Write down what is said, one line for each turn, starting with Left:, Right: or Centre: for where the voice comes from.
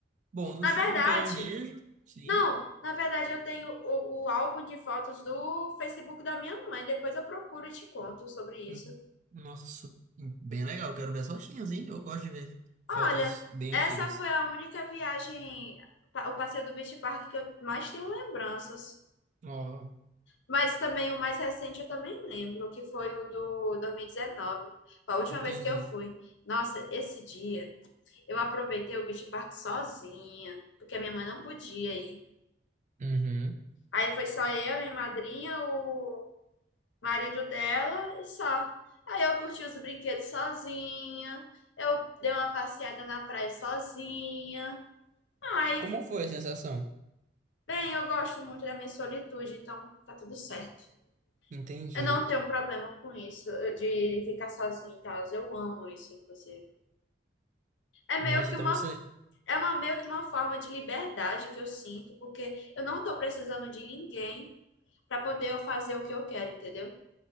Right: Bom, no
Left: Na
Right: Chico
Left: verdade,
Right: do Caranguejo, sim.
Left: não, na verdade eu tenho o, o álbum de fotos do Facebook da minha mãe, depois eu procuro e te conto sobre isso.
Right: Hum, Nossa, su- bem legal. Quero ver as fotinhas, hein? Eu gosto de ver fotos
Left: Olha,
Right: bem
Left: essa
Right: antigas.
Left: foi a única viagem, pa- o passeio do Beach Park que eu mais tenho lembranças.
Right: Ó,
Left: Mas também o mais recente eu também lembro, que foi o do 2019. Foi a última
Right: entendi.
Left: vez que eu fui. Nossa, esse dia eu aproveitei o Beach Park sozinha, porque a minha mãe não podia ir.
Right: Uhum.
Left: Aí foi só eu, minha madrinha, o marido dela e só. Aí eu curti os brinquedos sozinha, eu dei uma passeada na praia sozinha. Ai,
Right: Como foi a sensação?
Left: Bem, eu gosto muito da minha solitude, então tá tudo certo.
Right: Entendi.
Left: Eu não tenho problema com isso, eu- de ficar sozinha e tal. Eu amo isso, inclusive. É meio
Right: Nossa,
Left: que
Right: então
Left: uma,
Right: você.
Left: é uma, meio que uma forma de liberdade que eu sinto, porque eu não tô precisando de ninguém pra poder eu fazer o que eu quero, entendeu?